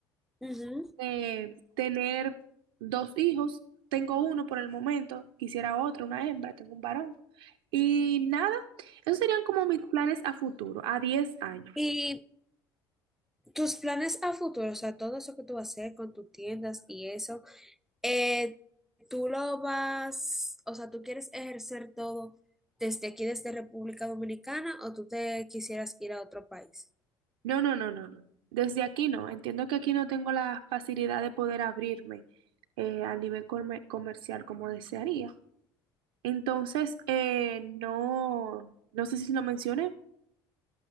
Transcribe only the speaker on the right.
eh, tener dos hijos, tengo uno por el momento, quisiera otro, una hembra, tengo un varón. Y nada, esos serían como mis planes a futuro, a 10 años.
No, no, no, no, no. Desde aquí no. Entiendo que aquí no tengo la facilidad de poder abrirme eh, al nivel comer- comercial como desearía. Entonces, eh, no, no sé si lo mencioné,